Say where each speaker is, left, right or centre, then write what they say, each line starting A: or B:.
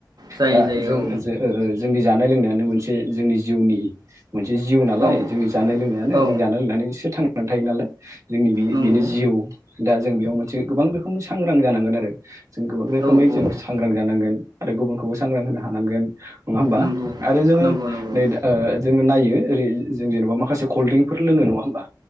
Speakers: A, on the right; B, on the right.
A: जायो
B: दा
A: जायो
B: जों जे जोंनि जानाय लोंनायानो मोनसे जोंनि जिउनि मोनसे जिउ नालाय
A: औ
B: जोंनि जानाय लोंनायानो
A: औ
B: जों जानाय लोंनानैसो थांनानै थायो नालाय जोंनि बे
A: नंगौ
B: बेनो जिउ दा जों बेयाव मोनसे गोबां रोखोमनि सांग्रां जानांगोन आरो। जों गोबां रोखोमै
A: औ
B: जों
A: औ
B: सांग्रां जानांगोन आरो गुबुनखौबो सांग्रां होनो हानांगोन। नङा होमबा?
A: नंगौ
B: आरो जोङो
A: नंगौ नंगौ
B: नै दा ओ जोङो ना यो ओरै जों जेन'बा माखासे कलड्रिंफोर लोङो नङा होमबा?